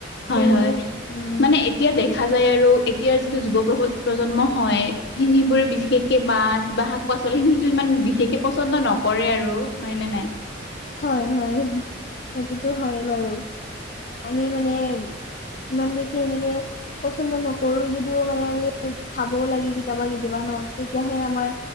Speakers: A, on the left; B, on the left.
A: হয়,
B: ত'
A: হয়।
B: উম
A: মানে এতিয়া
B: সেইটো
A: দেখা যায় আৰু এতিয়াৰ যিটো যুৱপ্ৰস প্ৰজন্ম হয়, সেইবোৰে বিশেষকে মাছ বা শাক-পাচলি সিটো ইমান বিশেষকৈ পচন্দ নক কৰে আৰু হয়নে নাই?
B: হয়, হয়। সেইটোতো হয় বাৰু, আমি মানে ইমান বেছি এনেকে, পচন্দ নকৰো যদিও মানে আমি, খাবও লাগে কেতিয়াবা কেতিয়াবা ন? তেতিয়াহে আমাৰ